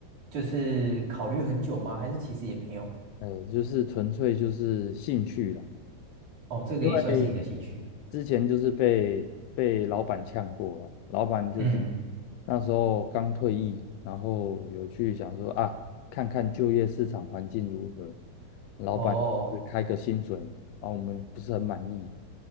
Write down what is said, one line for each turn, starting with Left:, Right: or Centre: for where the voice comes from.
Right: 就是考虑很久吗？还是其实也没有？
Left: 呃就是纯粹就是兴趣啦。
Right: 哦，这个也算是你的兴趣。
Left: 因为之前就是被被老板呛过了，老板就是
Right: 嗯，
Left: 那时候刚退役，然后有去想说啊，看看就业市场环境如何，老板就是开个薪水，
Right: 哦
Left: 啊，我们不是很满意，